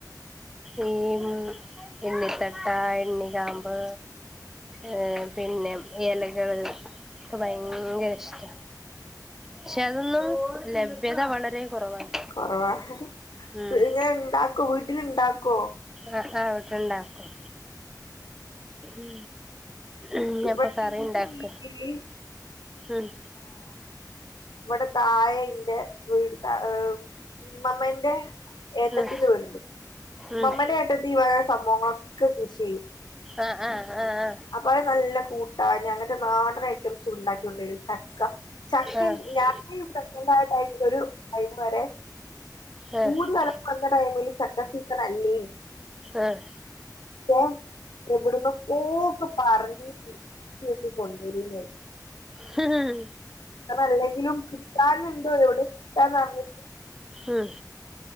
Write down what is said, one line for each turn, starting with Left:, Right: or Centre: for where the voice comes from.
Centre: ഉം <unintelligible> ഇണ്ണിത്തട്ടാ ഇണ്ണികാമ്പ് ഏ പിന്നെ എലകള് ഒക്കെ ഭയങ്കര ഇഷ്ട പക്ഷെ അതൊന്നും ലഭ്യത വളരെ കുറവാണ്
Left: കൊറവാ ക്ക്
Centre: ഉം
Left: ഇങ്ങനെ ഇണ്ടാക്കോ വീട്ടില് ഇണ്ടാക്കോ
Centre: ആഹ് ആഹ് വീട്ടിലുണ്ടാക്കും. ഉം ഇന്ന്പ്പൊ
Left: ഇവിടെ
Centre: കറിണ്ടാക്ക
Left: വീട്ടില്
Centre: ഉം
Left: ഇവടെ തായെന്റെ വീട് ഏ ഹ് ഇമ്മമ്മന്റെ ഏട്ടത്തിന്റെ
Centre: ഉം
Left: വീട്ണ്ട്
Centre: ഉം
Left: മമ്മന്റെ ങ്ങട്ട് ഈ വക സംഭവങ്ങളൊക്കെ കൃഷി ചെയ്യും
Centre: ആഹ് ആഹ് ആഹ് ആഹ്
Left: അപ്പൊ അത് നല്ല കൂട്ട് അതന്നെ അങ്ങൻത്തെ നാടൻ ഐറ്റംസുണ്ടാക്കിക്കൊണ്ടരും ചക്ക ചക്കയും
Centre: ആഹ് ആഹ്
Left: ഞാ <unintelligible> ടൈമിലൊരു ടൈമ് വരെ
Centre: ആഹ്
Left: കൂടു <unintelligible> അന്ന ടൈമില് ചക്ക സീസൻ അല്ലേനി
Centre: ആഹ്
Left: പ്പോ എവിട്ന്നൊക്കോ ക്ക പറഞ്ഞക്കെ <unintelligible> കൊണ്ടരൂന്നെ
Centre: ഹം
Left: കാർണംഅല്ലെങ്കിലും കിട്ടാനുണ്ടോ എവ്ടെ കിട്ടാന്ന് അർഞ്ഞ്ട്ട്
Centre: ഉം